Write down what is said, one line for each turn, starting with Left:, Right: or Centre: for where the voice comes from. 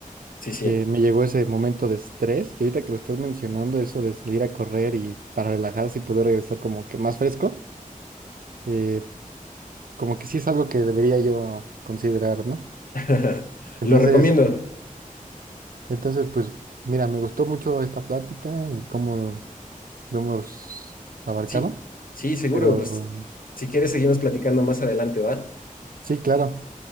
Left: Sí, sí.
Right: eh, me llegó ese momento de estrés y ahorita que lo estás mencionando, eso de salir a correr y para relajarse y poder regresar como que más fresco, eh, como que sí es algo que debería yo considerar, ¿no?
Left: <laughs>
Right: Entonces,
Left: Lo recomiendo.
Right: entonces, pues, mira, me gustó mucho esta plática, el cómo lo hemos abarcado.
Left: Sí, sí, seguro.
Right: Pero
Left: Pues si quieres, seguimos platicando más adelante, ¿va?
Right: sí, claro.